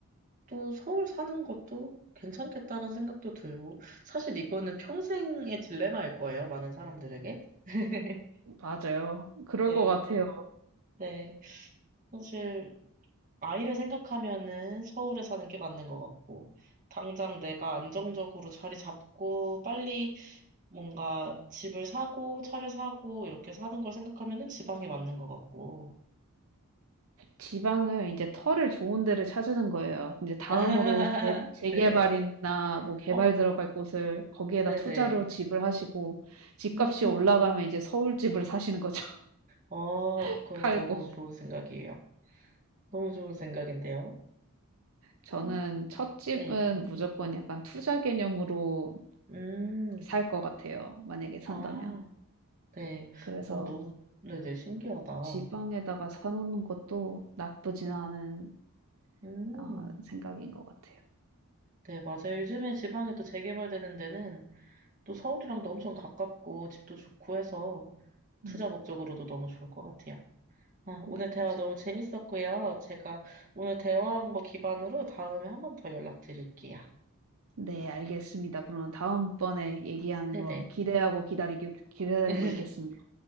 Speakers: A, on the right; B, on the right.
A: 또 서울 사는 것도 괜찮겠다라는 생각도 들고, 사실 이거는 평생의 딜레마일 거예요, 많은 사람들에게. <laughs>
B: 맞아요. 그럴
A: 네,
B: 것 같아요.
A: 네. 사실, 아이를 생각하면은 서울에 사는 게 맞는 것 같고, 당장 내가 안정적으로 자리 잡고, 빨리 뭔가 집을 사고, 차를 사고, 이렇게 사는 걸 생각하면은 지방이 맞는 것 같고.
B: 지방을 이제 털을 좋은 데를 찾으는 거예요. 이제 다음으로
A: <laughs>
B: 개 재개발이나
A: 네.
B: 뭐 개발
A: 어,
B: 들어갈 곳을 거기에다
A: 네네.
B: 투자로 집을 하시고 집값이
A: 음,
B: 올라가면 이제 서울 집을 사시는 거죠,
A: 어,
B: <laughs>
A: 그거
B: 팔고.
A: 너무 좋은 생각이에요. 너무 좋은 생각인데요.
B: 저는
A: 어,
B: 첫 집은
A: 네.
B: 무조건 약간 투자 개념으로
A: 음,
B: 살 것 같아요. 만약에 산다면.
A: 아, 네.
B: 그래서
A: 어, 너무, 네네, 신기하다.
B: 지방에다가 사놓는 것도 나쁘진
A: 네.
B: 않은
A: 음,
B: 어, 생각인 것 같아요.
A: 네, 맞아요. 요즘에 지방에 또 재개발되는 데는 또 서울이랑도 엄청 가깝고 집도 좋고 해서 투자
B: 음,
A: 목적으로도 너무 좋을 것 같아요. 아,
B: 맞아요.
A: 오늘 대화 너무 재밌었고요. 제가 오늘 대화한 거 기반으로 다음에 한 번 더 연락드릴게요.
B: 네, 알겠습니다. 그러면 다음번에 얘기하는
A: 네네.
B: 거 기대하고 기다리기, 기다리고
A: <laughs>
B: 있겠습니다.